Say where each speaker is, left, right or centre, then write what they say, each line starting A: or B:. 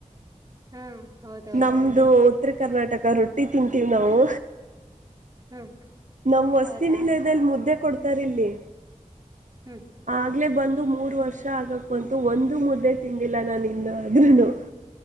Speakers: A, on the right; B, on the right.
A: ಹ್ಮ್ ಹೌದೌದು
B: ನಮ್ದು ಉತ್ತ್ರ್ ಕರ್ನಾಟಕ ರೊಟ್ಟಿ ತಿಂತೀವಿ ನಾವು.
A: ಹ್ಮ್
B: ನಮ್ ವಸ್ತಿನಿಲಯ್ದಲ್ಲಿ
A: ಹೌದಾ
B: ಮುದ್ದೆ ಕೊಡ್ತ್ ತರಿಲ್ಲಿ.
A: ಹ್ಮ್
B: ಆಗ್ಲೇ ಬಂದ್ ದು ಮೂರ್ವರ್ಷ ಆಗಕ್ಬಂತು ಒಂದು ಮುದ್ದೆ ತಿಂದಿಲ್ಲ ನಾನಿನ್ನಾದ್ರೂನು.